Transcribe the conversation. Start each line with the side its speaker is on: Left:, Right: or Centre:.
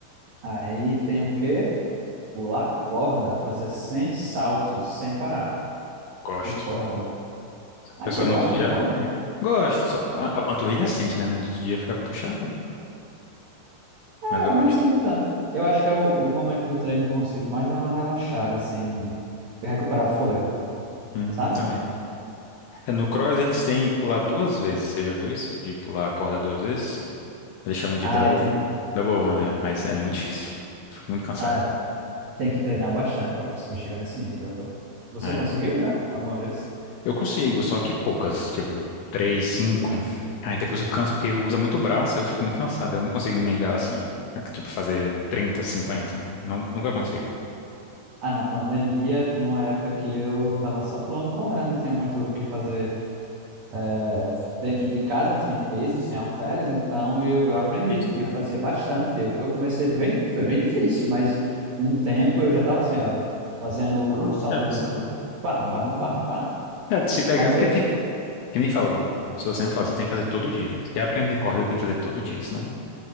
Right: aí tem o quê? Pular corda, fazer 100 saltos sem parar
Left: Gosto.
Right: de corda.
Left: A
Right: Ah,
Left: pessoa
Right: você gosta
Left: no outro dia.
Right: de corda?
Left: Gosto. Só a, a panturrilha sente, né? No outro dia fica puxada.
Right: Ah,
Left: Mas eu
Right: Eu
Left: gosto.
Right: nem sinto tanto. Eu acho que é o, o momento do treino que eu consigo mais dar uma relaxada, assim, recuperar o fôlego,
Left: Hum,
Right: sabe?
Left: também. É, no cross eles têm pular duas vezes. Você já viu isso? De pular a corda duas vezes? Eles chamam de
Right: Ah,
Left: double,
Right: tem,
Left: double under, mas é muito difícil. Fico muito cansado.
Right: ah, tem que treinar bastante para conseguir chegar nesse nível, viu? Você
Left: É.
Right: conseguiu já alguma vez?
Left: Eu consigo, só que poucas, tipo, três, cinco. Aí depois eu canso porque usa muito o braço, aí eu fico muito cansado. Eu não consigo emendar assim, tipo, fazer 30 cinquenta Não, nunca consigo.
Right: Ah, na pandemia tinha uma época que eu tava só pulando corda, né? Não tinha muito o que fazer eh, dentro de casa, sem peso, sem halteres, então eu, eu aprendi,
Left: Vitinho.
Right: eu fazia bastante. Eu, eu comecei bem, foi bem difícil, mas um tempo eu já estava assim, ó, fazendo o,
Left: Olha
Right: o salto duplo,
Left: só.
Right: pá,
Left: Hum.
Right: pá, pá, pá.
Left: É, se pegar,
Right: Mas
Left: porque
Right: eu,
Left: tem, que nem fala, o professor sempre fala, você tem que fazer todo dia. Se quer aprender corda, tem que fazer todo dia, senão.